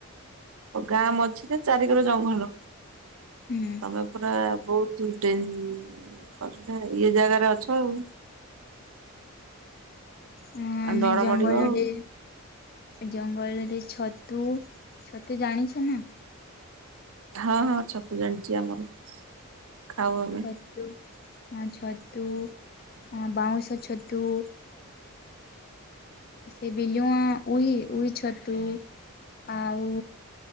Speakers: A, on the right; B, on the left.
A: ଗାଁ ମଝିରେ ଚାରିକର ଜଙ୍ଗଲ।
B: ହୁଁ ଉଁ।
A: ତମେ ପୁରା ବହୁତ ଡ କର ଇଏ ଜାଗାରେ ଅଛ ଆଉ।
B: ହଁ,
A: ଆଉ
B: ଆମେ
A: ଡର
B: ଜଙ୍ଗଲରେ
A: ମାଡିବ ଆଉ
B: ଜଙ୍ଗଲରେ ଟିକେ ଛତୁ, ଛତୁ ଜାଣିଛ ନା?
A: ହଁ ହଁ ଛତୁ ଜାଣିଛି ଆମର, ଖାଉ ଆ
B: ଛତୁ, ହଁ ଛତୁ ହ ବାଉଁଶ ଛତୁ ଉ ସେ ବିଲୁଆ ଉଇ ଉଇ ଛତୁ, ଆଉ